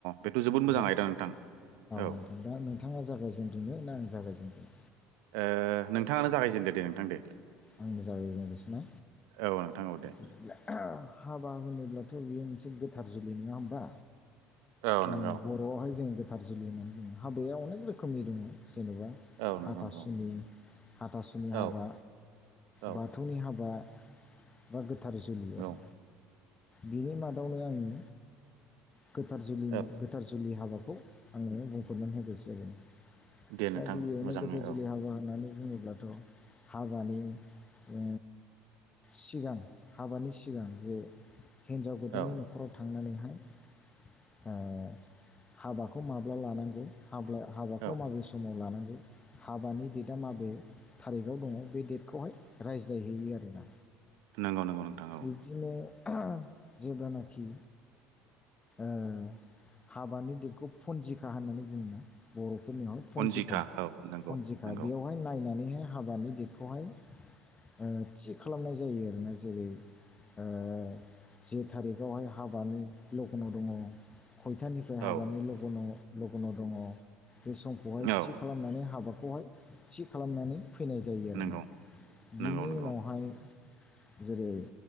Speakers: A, on the right; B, on the left.
A: बेथ' जोबोद मोजां
B: दा
A: आयदा नोंथां औ
B: नोंथां दा नोंथाङा जागायजेनग्रोनो ना आं जागायजेनग्रोनो
A: ओ नोंथाङानो जागायजेनदो दे नोंथां दे
B: आंनो जागायजेननोसैना
A: औ नोंथां औ दे
B: बिदिब्ला हाबा होनोब्लाथ' बियो मोनसे गोथार जुलि नङा होमबा
A: औ
B: उम
A: नंगौ
B: बर'आवहाय जोङो गोथार जुलि होननानै बुङो हाबाया अनेक रोखोमनि दङ जेन'बा
A: औ नंगौ
B: हाथासुनि
A: नंगौ
B: हाथासुनि
A: औ
B: हाबा
A: औ
B: बाथौनि हाबा बा गोथार जुलि
A: नंगौ
B: आरो बिनि मादावनो आङो गोथार जुलिनि
A: औ
B: गोथार जुलि हाबाखौ आङो बुंफोरनानै होग्रोनोसै आरोना
A: दे नोंथां
B: दा गिबियावनो
A: मोजाङै
B: गोथार जोलुलि
A: औ
B: हाबा होननानै बुङोब्लाथ' हाबानि ओ सिगां हाबानि सिगां जे हिन्जाव गोदाननि
A: औ
B: न'खराव थांनानैहाय ओ हाबाखौ माब्ला लानांगौ हाब्ला हाबाखौ
A: औ
B: माबे समाव लानांगौ हाबानि डेटआ माबे थारिखाव दङ बे डेट बेखौहाय रायज्लायहैयो आरोना
A: नोंगौ नोंगौ नोंथां
B: बिब्दिनो
A: औ
B: जेब्लानाखि ओ हाबानि दिगखौ फन्जिखा होननानै बुङो ना बर' फोरनियावाय पन्जिखा
A: अन्जिखा औ नंगौ
B: पनजिखा
A: नंगौ
B: बेयावहाय नायनानैहाय हाबानि देदखौहाय ओ थि खालामनाय जायो आरोना जेरै ओ जि थारिखआवहाय हाबानि लगन'आव दङ खयथानिफ्राय हाबानि
A: औ
B: लगनाव लगन' दङ बे समखौहाय
A: औ
B: थि खालामनानै हाबाखौहाय थि खालामनानै फैनाय जायो आरोना
A: नंगौ
B: बिनि
A: नंगौ नंगौ
B: उनावहाय जेरै